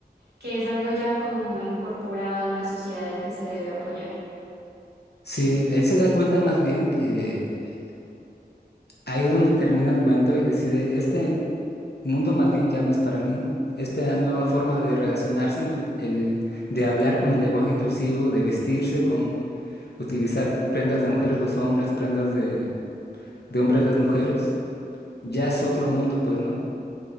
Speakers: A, on the right; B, on the left.
A: que es algo ya como muy incorporado en la sociedad y que se debe apoyar.
B: Sí, él se da cuenta más bien que eh, ahí es donde termina el cuento y decide, este, mundo más bien ya no es para mí. Esta nueva forma de relacionarse, inclu- el, de hablar con el lenguaje inclusivo, de vestirse con utilizar prendas de mujeres los hombres, prendas de, de hombres las mujeres, ya es otro mundo, pues, ¿no?